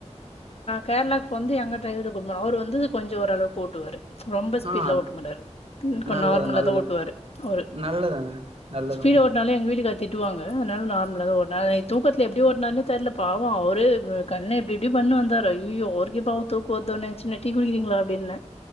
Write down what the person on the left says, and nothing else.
கேரளவுக்கு வந்து எங்க டிரைவரை கூட்டிபோனாம் அவரு வந்து கொஞ்சம்ஓரளவு கூட்டுவரு ரொம்ப ஸ்பீட்ல
ஓட்டமாட்டரு
நார்மலதான்
ஓட்டுவாரு அவர்
ஸ்பீட ஓட்டனாலே எங்க வீட்டுக்காரரு திட்டுவாங்க அதனால நார்மலாக ஒரு நள் தூக்கத்துல எப்டி ஓட்டினாரே தெரியலைபாவம் அவரு கண்ணை இப்டி இப்டி பண்ணு வந்தாரு ஐயோ அவருக்கே பாவம் தூக்கம் வந்த உடனே டீ குடிக்கிறீங்களா அப்டின்னு